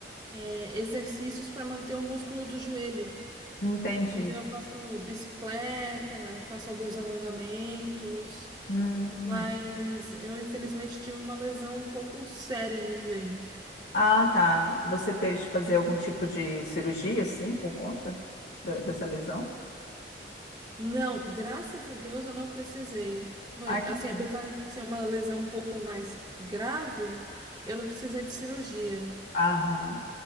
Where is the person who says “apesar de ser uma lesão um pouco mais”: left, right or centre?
Right